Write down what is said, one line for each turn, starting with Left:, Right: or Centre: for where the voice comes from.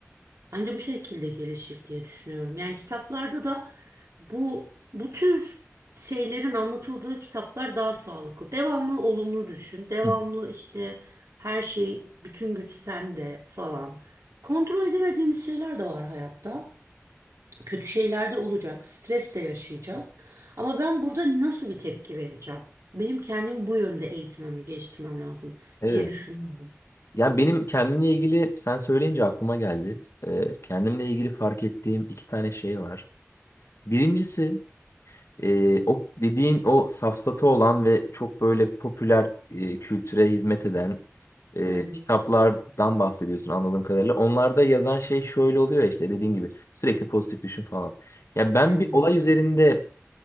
Right: Anca bu şekilde gelişir diye düşünüyorum. Yani kitaplarda da bu bu tür şeylerin anlatıldığı kitaplar daha sağlıklı. Devamlı olumlu düşün. Devamlı
Left: Hı.
Right: işte her şey bütün güç sende falan. Kontrol edemediğimiz şeyler de var hayatta. Kötü şeyler de olacak. Stres de yaşayacağız. Ama ben burada nasıl bir tepki vereceğim? Benim kendimi bu yönde eğitmemi, geliştirmem lazım
Left: Evet.
Right: diye düşünüyorum.
Left: Ya benim kendimle ilgili sen söyleyince aklıma geldi. E, kendimle ilgili fark ettiğim iki tane şey var. Birincisi e, o dediğin o safsatı olan ve çok böyle popüler e, kültüre hizmet eden e,
Right: Hı hı.
Left: kitaplardan bahsediyorsun anladığım kadarıyla. Onlarda yazan şey şöyle oluyor ya işte dediğin gibi sürekli pozitif düşün falan. Ya ben
Right: Hı hı.
Left: bir olay üzerinde